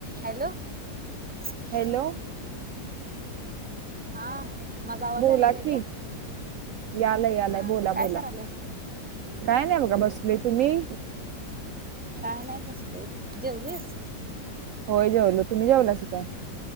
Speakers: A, in the centre; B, on the right.
A: Hello. च
B: hello
A: हा माझा आवाज
B: बोला
A: आलाय काय
B: की
A: ग.
B: यालाय यालाय
A: हा
B: बोला
A: काय
B: बोला.
A: करायलेस
B: काय नाही बघा बसले तुम्ही
A: काय नाही बसलय जेवलीस
B: होय जेवलो तुम्ही जेवलासा काय